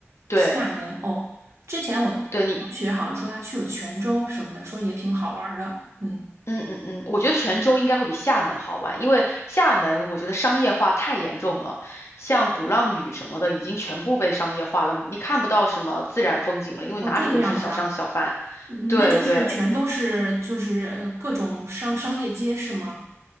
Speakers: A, on the left (about 65°); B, on the right (about 70°).
A: 对。
B: 厦门哦，之前我同学好像说他去了泉州什么的，
A: 对，你。
B: 说也挺好玩儿的。嗯，
A: 嗯嗯嗯，我觉得泉州应该会比厦门好玩，因为厦门我觉得商业化太严重了，像鼓浪屿什么的已经全部被商业化了，你看不到什么自然风景了，因为哪里都是小商小贩。
B: 哦，这个样子啊，嗯那就是全都是就是呃各种商商业街是吗？
A: 对对